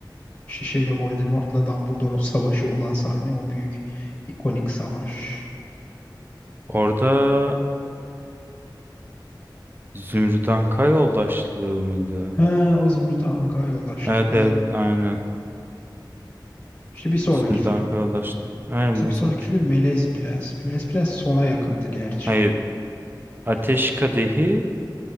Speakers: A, on the left; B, on the right.
A: Şişeyle Voldemort'la Dumbledore'un savaşı olan sahne o büyük ikonik savaş.
B: Orada Zümrüt Anka yoldaşlığı mıydı?
A: He, o Zümrüt'e Anka yoldaşlığı
B: Evet
A: galiba.
B: evet aynen.
A: İşte bir sonraki
B: Zümrüt
A: film.
B: Anka yoldaşlığı. Aynen
A: Yoksa
B: bundan
A: bir sonraki
B: sonraki
A: film
B: film.
A: Melez Prens. Melez Prens sona yakındı gerçi.
B: Hayır. Ateş Kadehi